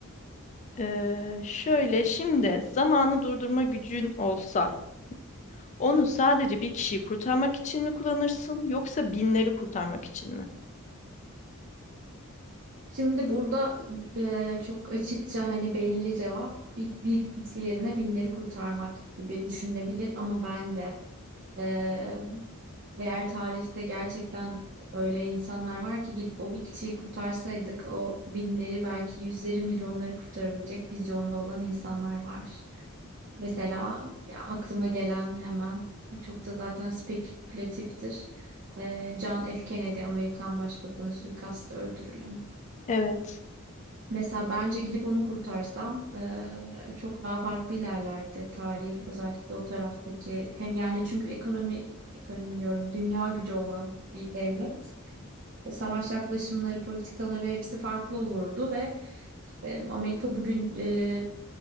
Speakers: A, on the left; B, on the right.
A: Ee, şöyle şimdi zamanı durdurma gücün olsa onu sadece bir kişiyi kurtarmak için mi kullanırsın yoksa binleri kurtarmak için mi?
B: Şimdi burada e, çok açıkça hani belli cevap bir, bir kişi yerine binleri kurtarmak gibi düşünülebilir ama bence e, eğer tarihte gerçekten öyle insanlar var ki gidip o bir kişiyi kurtarsaydık o binleri belki yüzleri milyonları kurtarabilecek vizyonda olan insanlar var. Mesela ya aklıma gelen hemen çok da zaten spekülatiftir. E, John F. Kennedy Amerikan Başbakanı suikastla öldürülen.
A: Evet.
B: Mesela bence gidip onu kurtarsam eee, çok daha farklı ilerlerdi tarih özellikle o taraftaki hem yani çünkü ekonomi ekonomi diyorum dünya gücü olan bir devlet E, savaş yaklaşımları politikaları hepsi farklı olurdu ve eee, Amerika bugün eee,